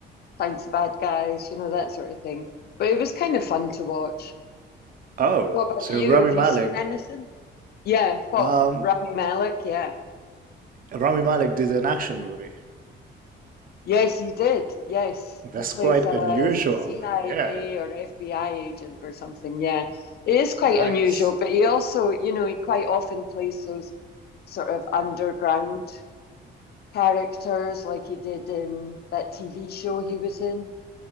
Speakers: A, on the left; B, on the right.
A: finds the bad guys, you know, that sort of thing. But it was kind of fun to watch.
B: Oh,
A: What about
B: so
A: you?
B: Rami
A: Have
B: Malek.
A: you seen anything? Yeah, what
B: Um,
A: Rami Malek? Yeah.
B: Rami Malek did an action movie.
A: Yes, he did. Yes,
B: That's
A: he plays
B: quite
A: a
B: unusual.
A: CIA
B: Yeah,
A: or FBI agent or something. Yeah, it is quite
B: nice.
A: unusual, but he also, you know, he quite often plays those sort of underground characters like he did in that TV show he was in.